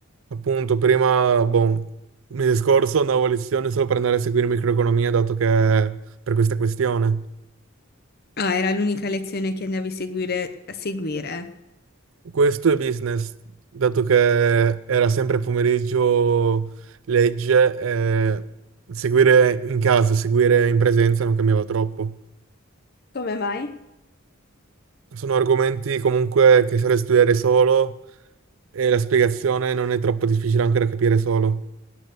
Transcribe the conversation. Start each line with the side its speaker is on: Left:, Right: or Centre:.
Right: Appunto, prima, boh, mese scorso andavo a lezione solo per andare a seguire microeconomia, dato che per questa questione.
Left: Ah, era l'unica lezione che andavi a seguire, a seguire.
Right: Questo è business, dato che era sempre pomeriggio legge, eh, seguire in casa, seguire in presenza non cambiava troppo.
Left: Come mai?
Right: Sono argomenti comunque che serve studiare solo e la spiegazione non è troppo difficile anche da capire solo.